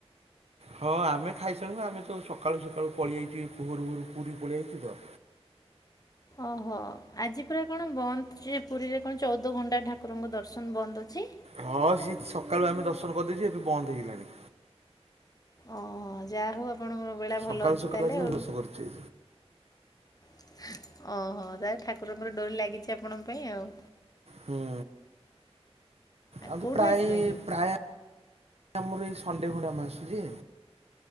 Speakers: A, on the right; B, on the left.
A: ହଁ ଆମେ ଖାଇସାରିଲୁନି ଆମେ ତ ସକାଳୁ ସକାଳୁ ପଳେଇ ଆଇଛୁ ଭୋରୁ ଭୋରୁ ପୁରୀ ପଳେଇ ଆଇଚୁ ତ।
B: ଓହୋ ଆଜି ପୁରା କଣ ବନ୍ଦ ଯେ ପୁରୀରେ କଣ ଚଉଦ ଘଣ୍ଟା ଠାକୁରଙ୍କ ଦର୍ଶନ ବନ୍ଦ ଅଛି।
A: ହଁ ସିଏ ସକାଳୁ ଆମେ ଦର୍ଶନ କରିଦେଇଛୁ ଏବେ ବନ୍ଦ ହେଇଗଲାଣି।
B: ଓହ ଯାହା ହଉ ଆପଣଙ୍କର ବେଳା
A: ସକାଳୁ
B: ଭଲ ଅଛି
A: ସକାଳୁ
B: ତାହେଲେ
A: ଆଜି ନା
B: ଆଉ
A: <inaudible> କରୁଛି।
B: ଅହ ତାହେଲେ ଠାକୁରଙ୍କର ଡୋରି ଲାଗିଛି ଆପଣଙ୍କ ପାଇଁ ଆଉ।
A: ହୁଁ ଆଉ
B: କେଉଁଠୁ
A: ପ୍ରାୟି
B: ଆସିଲେ କି
A: ପ୍ରାୟ ଆମର ଏଇ ସଣ୍ଡେ ଖଣ୍ଡେ ଆମେ ଆସୁ ଯେ।